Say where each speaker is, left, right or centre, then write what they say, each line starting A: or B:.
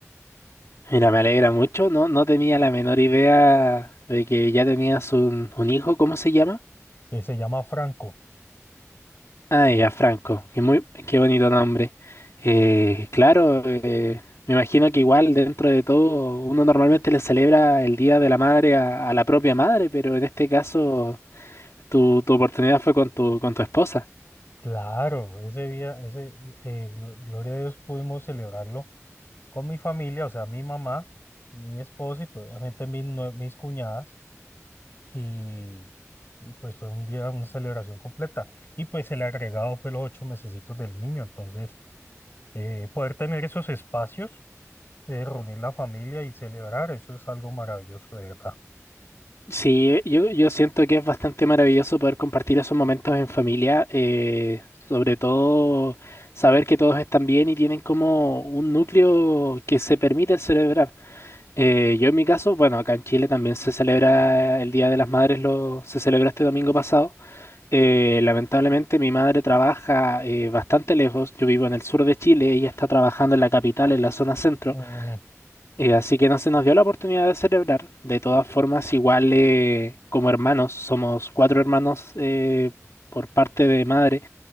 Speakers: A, on the left; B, on the left.
A: Mira, me alegra mucho. No, no tenía la menor idea de que ya tenías un, un hijo. ¿Cómo se llama?
B: que se llama Franco.
A: Ah, ya, Franco, qué muy, qué bonito nombre. Eh, claro, eh, me imagino que igual dentro de todo uno normalmente le celebra el Día de la Madre a, a la propia madre, pero en este caso tu, tu oportunidad fue con tu, con tu esposa.
B: Claro, ese día, ese, eh, glo- gloria a Dios, pudimos celebrarlo con mi familia, o sea, mi mamá, mi esposa y pues, obviamente mis, nue- mis cuñadas. Y, y pues fue un día, una celebración completa. Y pues el agregado fue los ocho mesecitos del niño. Entonces, eh, poder tener esos espacios de reunir la familia y celebrar, eso es algo maravilloso, de verdad.
A: Sí, yo, yo siento que es bastante maravilloso poder compartir esos momentos en familia, eh, sobre todo saber que todos están bien y tienen como un núcleo que se permite celebrar. Eh, yo en mi caso, bueno, acá en Chile también se celebra el Día de las Madres, lo, se celebró este domingo pasado. Eh, lamentablemente mi madre trabaja eh, bastante lejos, yo vivo en el sur de Chile, ella está trabajando en la capital, en la zona centro,
B: Mm,
A: eh, así que no se nos dio la oportunidad de celebrar. De todas formas, igual eh, como hermanos, somos cuatro hermanos eh, por parte de madre